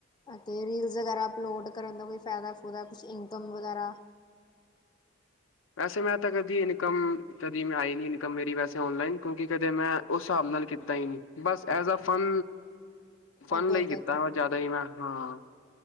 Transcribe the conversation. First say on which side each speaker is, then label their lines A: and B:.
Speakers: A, on the left; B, on the left.
A: ਤੇ ਰੀਲਸ ਵਗੈਰਾ ਅਪਲੋਡ ਕਰਨ ਦਾ ਕੋਈ ਫਾਇਦਾ ਫੁਦਾ ਕੁਛ ਇਨਕਮ ਵਗੈਰਾ?
B: ਵੈਸੇ ਮੈਂ ਤਾਂ ਕਦੀ ਇਨਕਮ ਕਦੀ ਮੈਂ ਆਈ ਨੀ ਇਨਕਮ ਮੇਰੀ ਵੈਸੇ ਔਨਲਾਈਨ ਕਿਉਂਕਿ ਕਦੇ ਮੈਂ ਉਸ ਸਾਬ ਨਾਲ ਕੀਤਾ ਈ ਨੀ ਬਸ ਐਜ ਅ ਫਨ ਫਨ
A: ਅੱਗੇ
B: ਲਈ
A: ਅੱਗੇ
B: ਕੀਤਾ
A: ਅੱਗੇ
B: ਜਾਦਾ ਈ ਮੈਂ ਹਾਂ